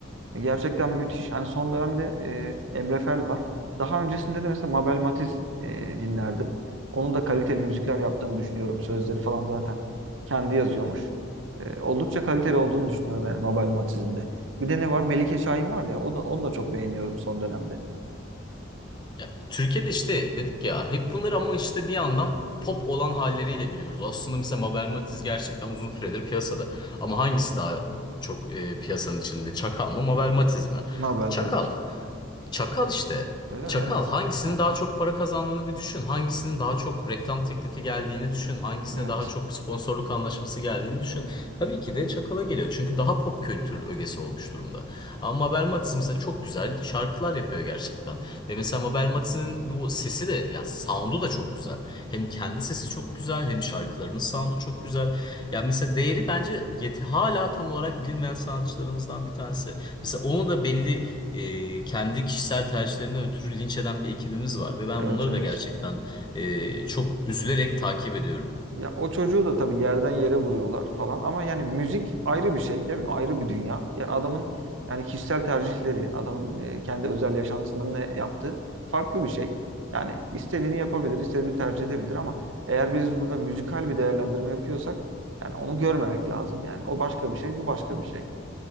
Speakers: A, on the right; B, on the left.
A: Gerçekten müthiş. Hani son dönemde e, Emre Fel var. Daha öncesinde de mesela Mabel Matiz e, dinlerdim. Onun da kaliteli müzikler yaptığını düşünüyorum. Sözleri falan zaten kendi yazıyormuş. E, oldukça kaliteli olduğunu düşünüyorum yani Mabel Matiz'in de. Bir de ne var? Melike Şahin var ya. O da, onu da çok beğeniyorum son dönemde.
B: Ya, Türkiye'de işte dedik ya hep bunları ama işte bir yandan pop olan halleriyle biliyoruz. Aslında mesela Mabel Matiz gerçekten uzun süredir piyasada. Ama hangisi daha çok e, piyasanın içinde? Çakal mı Mabel Matiz mi?
A: Mabel
B: Çakal.
A: tabii ki.
B: Çakal işte.
A: Öyle
B: Çakal
A: evet.
B: hangisinin
A: Ha,
B: daha çok para kazandığını bir düşün. Hangisinin daha çok reklam teklifi geldiğini düşün. Hangisine
A: evet.
B: daha çok sponsorluk anlaşması geldiğini düşün. Tabii ki de Çakal'a geliyor. Çünkü daha pop kültür ögesi olmuş durumda. Ama Mabel Matiz mesela çok güzel şarkılar yapıyor gerçekten. Ve mesela Mabel Mati'nin bu sesi de ya sound'u da çok güzel. Hem kendi sesi çok güzel hem şarkılarının sound'u çok güzel. Ya mesela değeri bence yet hala tam olarak bilinmeyen sanatçılarımızdan bir tanesi. Mesela onu da belli e, kendi kişisel tercihlerinden ötürü linç eden bir ekibimiz var ve ben onları
A: Evet evet.
B: da gerçekten e, çok üzülerek takip ediyorum.
A: Ya o çocuğu da tabii yerden yere vuruyorlar falan ama yani müzik ayrı bir şey değil mi? Ayrı bir dünya. Yani adamın yani kişisel tercihleri, adamın e, kendi özel yaşantısında ne yaptığı farklı bir şey. Yani istediğini yapabilir, istediğini tercih edebilir ama eğer biz burada müzikal bir değerlendirme yapıyorsak yani onu görmemek lazım yani. O başka bir şey, bu başka bir şey.